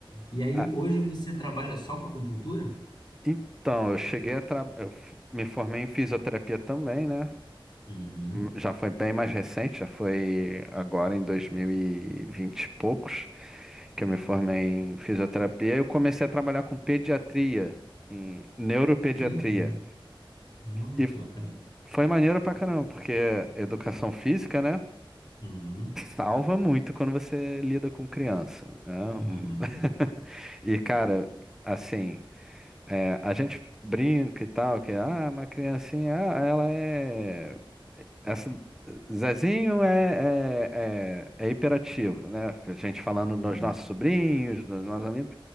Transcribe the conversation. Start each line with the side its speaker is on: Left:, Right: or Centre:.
Left: E aí,
Centre: A-
Left: hoje você trabalha só com acupuntura?
Centre: então, eu cheguei a tra... eu f- me formei em fisioterapia também, né?
Left: Uhum.
Centre: Já foi bem mais recente, já foi agora em dois mil e vinte e poucos, que eu me formei em fisioterapia. Eu comecei a trabalhar com pediatria, em neuropediatria.
Left: Não, que- Olha
Centre: E
Left: que bacana.
Centre: foi maneiro pra caramba, porque educação física, né,
Left: Uhum.
Centre: salva muito quando você lida com criança, né?
Left: Aham,
Centre: Um- <laughs> E, cara, assim, é, a gente brinca e tal, que ah, uma criancinha, ah, ela é. Essa- Zezinho é, é, é, é hiperativo, né? A gente falando
Left: uhum.
Centre: dos nossos sobrinhos, dos nossos amigos,